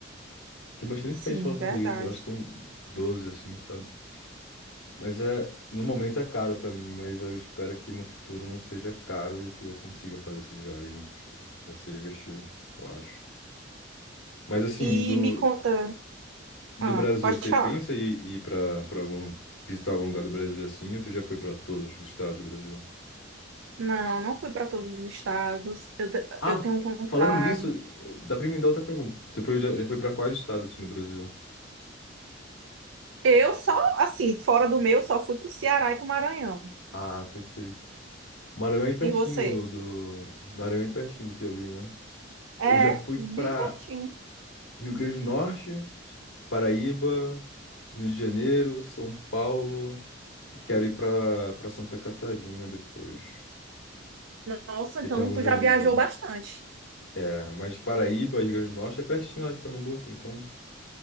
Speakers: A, on the left; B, on the right.
A: Tem bastante
B: sim,
A: países que falam
B: verdade.
A: português, eu acho que são 12 assim, sabe? Mas é, no momento é caro pra mim, mas eu espero que no futuro não seja caro e que eu consiga fazer essas viagens. Vai ser divertido, eu acho. Mas assim,
B: E
A: do,
B: me conta,
A: do
B: ah,
A: Brasil,
B: pode
A: você
B: falar.
A: pensa em ir pra, pra algum, visitar algum lugar do Brasil assim, ou você já foi pra todos os estados do Brasil?
B: Não, não fui para todos os estados. Eu, te-
A: Ah,
B: eu tenho vontade.
A: falando nisso, eu- dá pra me dar outra pergunta. Tu foi, já, já foi pra quais estados assim, no Brasil?
B: Eu só, assim, fora do meu, só fui pro Ceará e pro Maranhão.
A: Ah, perfeito. Maranhão é pertinho
B: E você?
A: do, do... Maranhão é pertinho do Piauí, né?
B: É,
A: Eu já fui
B: bem
A: pra
B: pertinho.
A: Rio Grande do Norte, Paraíba, Rio de Janeiro, São Paulo. E quero ir pra, pra Santa Catarina depois.
B: Nossa,
A: Porque
B: então
A: tem alguns
B: tu já
A: amigos
B: viajou
A: lá.
B: bastante.
A: É, mas Paraíba, Rio Grande do Norte é pertinho lá de Pernambuco, então